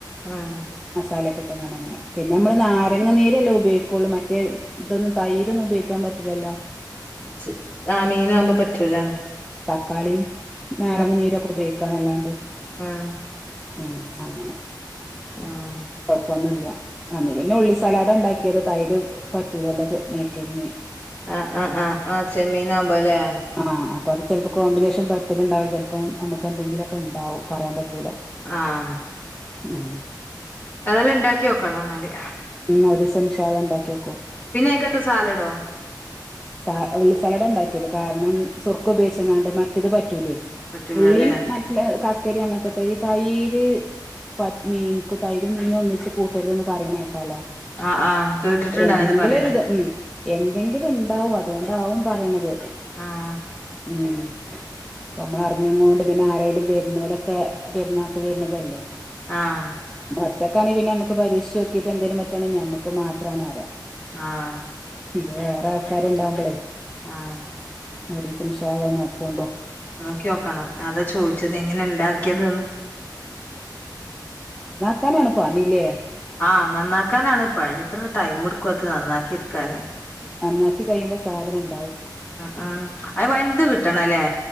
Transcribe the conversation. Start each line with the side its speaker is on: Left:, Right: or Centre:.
Left: ആഹ്
Centre: മസാലയൊക്കെട്ട്ങ്ങാണ്ടങ്ങനെ പിന്നെ നമ്മള്
Left: ആഹ്
Centre: നാര ങ്ങ നീരെല്ലേ ഉപയോഗിക്കുള്ളൂ മറ്റേ ഇതൊന്നും തൈരൊന്നും ഉപയോഗിക്കാൻ പറ്റില്ലല്ലോ
Left: ച് ആഹ് മീനകുമ്പോ പറ്റൂല
Centre: തക്കാളി നാരങ്ങ
Left: ആഹ്
Centre: നീരൊക്കെ ഉപയോഗിക്കാൻ അല്ലാണ്ട്
Left: ആഹ്
Centre: ഉം അങ്ങനെ
Left: ആഹ്
Centre: കുഴപ്പൊന്നുല്ല അന്ന് പിന്നെ ഉള്ളി സലാഡ് ഉണ്ടാക്കിയത് തൈര് പറ്റൂല ചെ നേയ്യ്കര് മീൻ
Left: ആഹ് ആഹ് ആഹ് ആഹ് ചെമ്മീനാുകുമ്പോലേ
Centre: ആഹ് അപ്പൊ അത് ചിലപ്പോ കോമ്പിനേഷൻ പറ്റല്ണ്ടാവും ചിലപ്പം നമുക്ക് എന്തെങ്കിലൊക്കെ ഇണ്ടാവും പറയാൻ പറ്റൂല
Left: ആഹ്
Centre: ഉം
Left: അതെല്ലാം ഉണ്ടാക്കി ഒക്കണം ന്നാല്
Centre: ഉം ഒരുസ ഇൻഷ അല്ലാഹ് ഇണ്ടാക്കിയോക്കൂ
Left: പിന്നെ അയ്ക്കത്തെ സാലഡോ
Centre: സ ഉള്ളിസലട ഉണ്ടാക്കിയത് കാരണം സുർക്ക ഉപേയോഗിച്ച് ക്കാണ്ട് മറ്റത് പറ്റൂലേ
Left: പറ്റൂലല്ലേ
Centre: ഉള്ളി മറ്റ ക ക്കരി അങ്ങനത്തൊക്കെ ഈ തൈര് പ മീൻ തൈരും മീനും ഒന്നിച്ച് കൂട്ടരുത് ന്ന് പറയണേക്കാലോ?
Left: ആഹ് ആഹ് കേട്ടിട്ടുണ്ട്
Centre: എന്തെങ്കിലും
Left: അങ്ങനെ പറയണ
Centre: ഒരുത് ഉം എന്തെങ്കിലും ഉ അതുകൊണ്ടാവും പറയണത്.
Left: ആഹ്.
Centre: ഉം അ നമ്മൾ അറിഞ്ഞ്ങ്ങോണ്ട് പിന്നെ ആരെേലും വരുന്നോലൊക്കെ പെരുന്നാക്ക് വരുന്നതല്ലേ.
Left: ആഹ്.
Centre: ഒറ്റക്കാണെൽ പിന്നെ നമുക്ക് പരീഷിച്ച് നോക്കിട്ട് എന്തേലും പറ്റുവാണേൽ ഞമ്മക്ക് മാത്രമാണ് പറ
Left: ആഹ്.
Centre: ഇത് വേറെ ക്കാര് ഇണ്ടാവുമ്പളേ
Left: ആഹ്
Centre: ഒരീസ ഇൻഷ അല്ലാ നോക്കൊണ്ടോ.
Left: നോക്കിയോക്കണം ഞ അതാ ചോദിച്ചത് എങ്ങനെ ഇണ്ടാക്കിയതന്ന്.
Centre: ക്കാനാണ് പണി ലെ.
Left: ആ നന്നാക്കാനാണ് പണി ഇത്ര ടൈം എടുക്കും അത് നന്നാക്കി എടുക്കാനെ-
Centre: നന്നാക്കി കഴിയുമ്പോ സാദനം ഉണ്
Left: ഉം ഉം അ വൽ ഇത് കിട്ടണ അല്ലേ